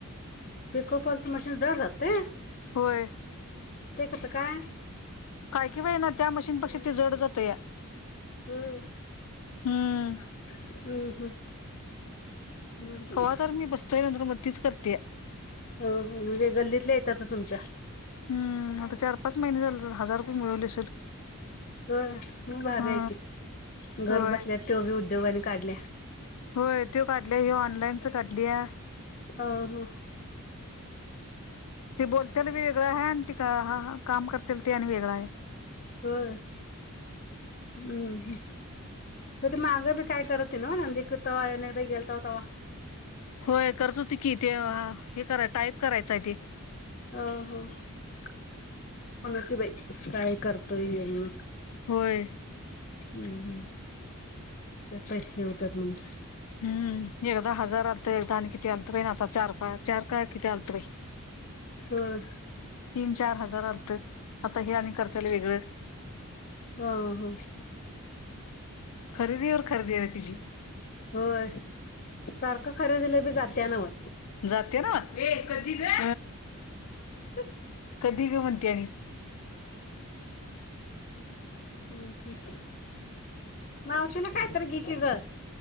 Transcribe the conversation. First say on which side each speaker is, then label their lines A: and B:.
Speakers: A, on the left (about 40°); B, on the left (about 75°).
A: पिकोफॉलचं मशीन जड जातंय
B: होय.
A: ते कसां काय.
B: काय किवाई ना त्या मशीनपेक्षा ते जड जात या.
A: होय
B: हम्म.
A: हम्म हम्म बरं बरं
B: कवा तर मी बसतोय नंतर मग तच करत्या.
A: हो हो म्हणजे गल्लीतल्या येतात तुमच्या.
B: हम् आता चार पाच महिने झाल हजार. मिळवले असेल
A: होय म भार
B: हा
A: हाय की. घर
B: होय
A: बसल्या ते बी उद्योगा आणि काढल्या.
B: होय ते काढल्या ह्यो ऑनलाईनच काढल्या.
A: आ हा.
B: ते बोलत्याल बी वेगळं आहे, आणि त का ह काम करत्यात ते आणि वेगळा आहे.
A: होय हम्म. मग त मागं बी काय करत हुती नंदीकृतवा अनेकदा गेलोते तवा.
B: होय करतो त कि ते हे करा टाईप करायचं आहे ते.
A: अ हो म्हणती बाई काय करतोय हे म्हणून.
B: होय.
A: हम्म हम् कसाय हे होत्यात म्हणून.
B: हम्म. एकदा हजार आलत एकदा आणि किती आलत आता चार पा चार काय किती आल बाई.
A: होय
B: तीन चार हजार आलत आता हे आणि करताल वेगळं.
A: हा हा.
B: खरेदी वर खरेदी आहे तिझी.
A: होय सारखं खरेदीलं बी जाते नव
B: जाते ना ये कधी रे
A: ह
B: कधी ग म्हणत्याणी
A: हम् ह् मावशी ना कायतरी घी की ग